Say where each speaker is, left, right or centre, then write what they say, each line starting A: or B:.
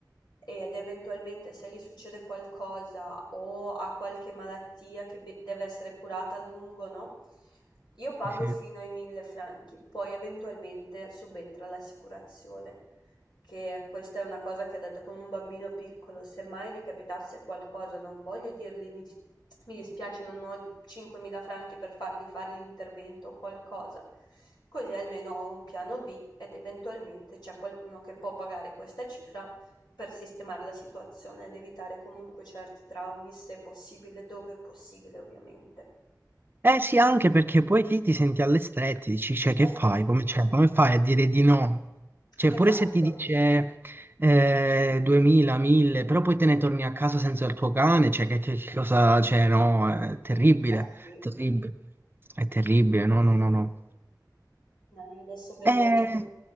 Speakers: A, on the left; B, on the right.
A: ed eventualmente se gli succede qualcosa o ha qualche malattia che be- deve essere curata a lungo, no? Io pago
B: Sì, sì.
A: fino ai 1000 franchi, poi eventualmente subentra l'assicurazione che questa è una cosa che ha detto con un bambino piccolo, se mai gli capitasse qualcosa, non voglio dirgli mi, dis- mi dispiace, non ho 5.000 franchi per fargli fare l'intervento o qualcosa. Così almeno ho un piano B ed eventualmente c'è qualcuno che può pagare questa cifra per sistemare la situazione ed evitare comunque certi traumi, se possibile, dove è possibile, ovviamente.
B: Eh sì, anche perché poi lì ti senti alle strette, dici, cioè, che
A: È
B: fai?
A: che,
B: Come, cioè, come fai a dire di no? Cioè,
A: esatto,
B: pure se ti dice eh, 2000, 1000, però poi te ne torni a casa senza il tuo cane, cioè, che, che- che cosa, cioè, no, è terribile,
A: eh sì,
B: terribile, è terribile, no,
A: eh
B: no,
A: sì.
B: no, no.
A: No, io adesso vedo,
B: Eh,
A: cioè, mi-